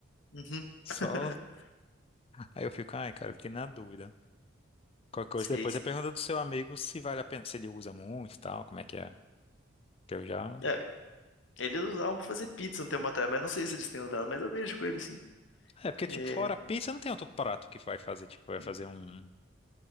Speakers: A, on the left; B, on the left.
A: uhum.
B: Só.
A: <laughs>
B: Aí eu fico, ai, cara, eu fiquei na dúvida. Qualquer coisa
A: Sei,
B: depois
A: sei.
B: é pergunta do seu amigo se vale a pena, se ele usa muito e tal, como é que é. Que eu já.
A: É, eles usavam pra fazer pizza um tempo atrás, mas não sei se eles têm usado, mas eu vejo com eles sim.
B: É, porque,
A: É,
B: tipo, fora pizza, não tem outro prato que vai fazer, tipo, vai
A: hum,
B: fazer um.